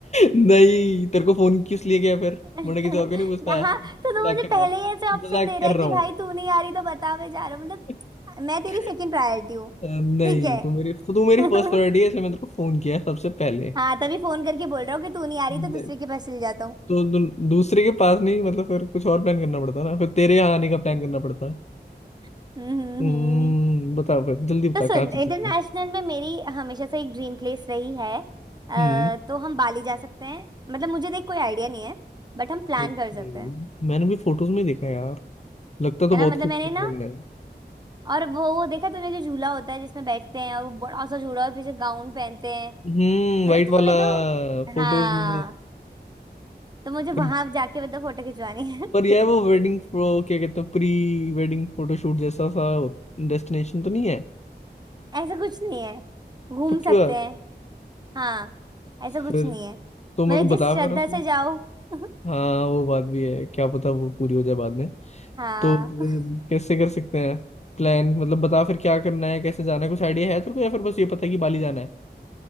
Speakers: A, on the left (about 40°); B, on the right (about 25°).
A: नहीं तेरे को फोन किस लिए किया फिर
B: <laughs>
A: मैंने किसी और को नहीं पूछता
B: हाँ
A: मजाक
B: तो तू मुझे
A: कर
B: पहले
A: रहा हूँ
B: ही ऐसे ऑप्शन
A: मजाक
B: दे रहा
A: कर
B: है
A: रहा
B: कि
A: हूँ
B: भाई तू नहीं आ रही तो बता मैं जा रहा हूँ मतलब
A: <laughs>
B: मैं तेरी सेकंड प्रायोरिटी हूँ
A: नहीं
B: ठीक है
A: तू मेरी तो तू मेरी
B: <laughs>
A: फर्स्ट प्रायोरिटी है इसलिए मैंने तेरे को फोन किया है सबसे पहले
B: हाँ तभी फोन करके बोल रहा हूँ कि तू नहीं आ रही
A: नहीं
B: तो दूसरे के पास चल जाता हूँ <laughs>
A: तो दू, दूसरे के पास नहीं मतलब फिर कुछ और प्लान करना पड़ता ना फिर तेरे यहाँ आने का प्लान करना पड़ता
B: हम्म हम्म,
A: हम्म
B: हम्म।
A: बताओ फिर जल्दी बता
B: तो सुन
A: कहाँ चल
B: इंटरनेशनल
A: सकता है?
B: में मेरी हमेशा से एक ड्रीम प्लेस रही है अ,
A: हम्म
B: तो हम बाली जा सकते हैं मतलब मुझे देख कोई आइडिया नहीं है बट हम प्लान
A: ओके।
B: कर सकते हैं
A: मैंने भी फोटोज में देखा यार लगता तो
B: है
A: बहुत
B: ना मतलब
A: खूबसूरत
B: मैंने
A: बंगला
B: ना
A: है
B: और वो वो देखा तूने जो झूला होता है जिसमें बैठते हैं और वो बड़ा सा झूला और पीछे गाउन पहनते हैं
A: हम्म
B: मतलब
A: वाइट
B: तूने
A: वाला
B: तो
A: फोटोज
B: हाँ
A: में
B: तो मुझे
A: पर,
B: वहां जाके मतलब फोटो खिंचवानी है
A: पर यह वो वेडिंग प्रो क्या कहते हैं प्री वेडिंग फोटोशूट जैसा सा डेस्टिनेशन तो नहीं है
B: <laughs> ऐसा कुछ नहीं है घूम
A: पक्की
B: सकते
A: बात
B: हैं हाँ ऐसा कुछ
A: फिर
B: नहीं है
A: तो मेरे
B: मतलब
A: को
B: जिस
A: बता
B: श्रद्धा
A: फिर उसमें
B: से जाओ <laughs>
A: हाँ वो बात भी है क्या पता वो पूरी हो जाए बाद में
B: हाँ
A: तो अम, कैसे कर सकते हैं प्लान मतलब बता फिर क्या करना है कैसे जाना है कुछ आइडिया है तेरे को या फिर बस ये पता है कि बाली जाना है